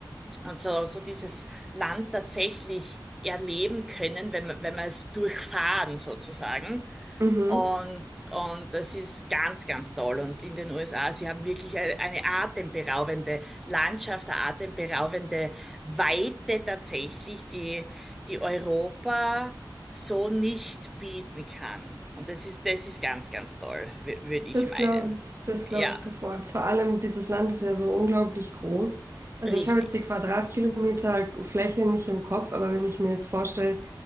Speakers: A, in the centre; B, on the right.
A: und so, so dieses Land tatsächlich erleben können, wenn wir, wenn wir es durchfahren sozusagen.
B: mhm.
A: Und, und das ist ganz, ganz toll. Und in den USA, sie haben wirklich eine, eine atemberaubende Landschaft, eine atemberaubende Weite tatsächlich, die, die Europa so nicht bieten kann. Und das ist, das ist ganz, ganz toll, würde ich
B: Das
A: meinen.
B: glaube ich, das glaube
A: Ja,
B: ich sofort. Vor allem dieses Land ist ja so unglaublich groß. Also
A: richtig,
B: ich habe jetzt die Quadratkilometer Fläche nicht im Kopf, aber wenn ich mir jetzt vorstelle,